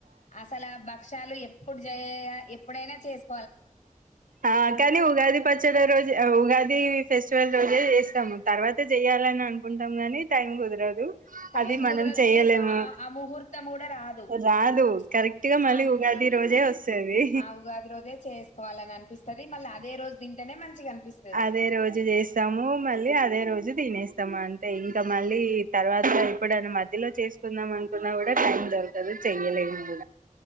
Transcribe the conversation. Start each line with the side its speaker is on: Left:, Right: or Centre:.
Left: అసలు ఆ భక్ష్యాలు ఎప్పుడు చేయ ఎప్పుడైనా చేసు
Right: ఆ కానీ ఉగాది పచ్చడి రోజు ఉగాది ఇది ఫెస్టివల్ రోజే చేస్తాము తర్వాత చేయ్యాలని అనుకుంటాం గాని టైం కుదరదు
Left: టైమ్
Right: అది మనం
Left: కుదరదు
Right: చెయలేము
Left: ప్లస్ ఆ ముహూర్తం కూడా రాదు దు
Right: రాదు కరెక్ట్ గా మళ్ళీ
Left: ఆ
Right: ఉగాది
Left: ఇ
Right: రోజే వస్తది
Left: ఆ ఉగాది రోజే చేసుకోవాలిని అనిపిస్తుంది మళ్ళీ అదే రోజ జు దింటనే మంచిగా అనిపిస్తది
Right: అదే రోజు చేస్తాము మళ్ళీ అదే రోజు తినేస్తమన్ ఇంకా మళ్ళీ తర్వాత ఎప్పుడైనా మ మధ్యలో చేసుకుందాం అనుకున్నా కూడా టైం దొరకదు చెయలేము కూడా